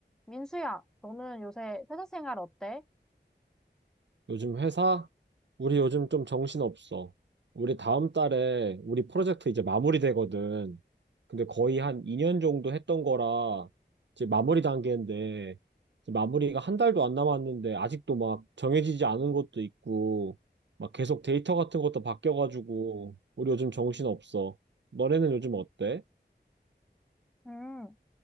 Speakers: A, in the centre; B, on the right.
A: 민수야, 너는 요새 회사 생활 어때?
B: 요즘 회사? 우리 요즘 좀 정신없어. 우리 다음 달에 우리 프로젝트 이제 마무리되거든. 근데 거의 한 2년 정도 했던 거라 이제 마무리 단계인데 이제 마무리가 한 달도 안 남았는데 아직도 막 정해지지 않은 것도 있고 막 계속 데이터 같은 것도 바뀌어가지고 우리 요즘 정신없어. 너네는 요즘 어때?
A: 음,